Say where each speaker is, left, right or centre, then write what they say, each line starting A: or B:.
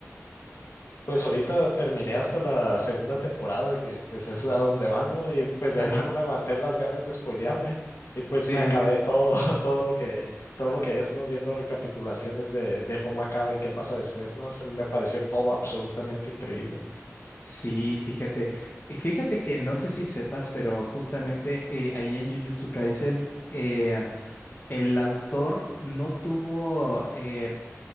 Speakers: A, on the left (about 65°); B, on the left (about 40°).
A: Pues ahorita terminé hasta la segunda temporada, que pues es a donde va, ¿no? Y pues de
B: Ajá.
A: hecho no me aguanté las ganas de spoilearme y pues
B: Sí,
A: me acabé
B: sí, sí.
A: todo, <laughs> todo lo que, todo lo que es, ¿no? Viendo recapitulaciones de, de cómo acaba y qué pasa después, ¿no? Se me pareció todo absolutamente increíble.
B: Sí, fíjate. Y Fíjate que no sé si sepas, pero justamente eh, ahí en Jujutsu Kaisen, eh, el autor no tuvo. eh,